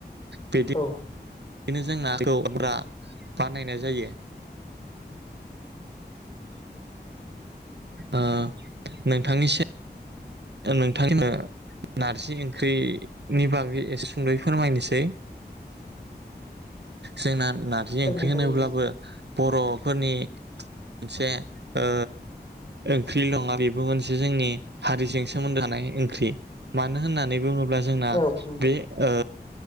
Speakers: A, on the right (about 75°); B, on the left (about 30°).
A: बिदि
B: औ
A: बिदिनो जों नाखौ हमब्रा बानायनाय जायो। ओ नोंथांनिसि नोंथांनो नारजि ओंख्रिनि बागै एसे सुंद'यै फोरमायनोसै जोंना नारजि
B: फोरमायजागोन
A: ओंख्रि होनोब्लाबो
B: नोंथां
A: बर'फोरनि मोनसे ओ ओंख्रि नङा बेबो मोनसे जोंनि हारिजों सोमोन्दो थानाय ओंख्रि मानो होननानै बुङोब्ला जोंना
B: औ नंगौ
A: बे ओ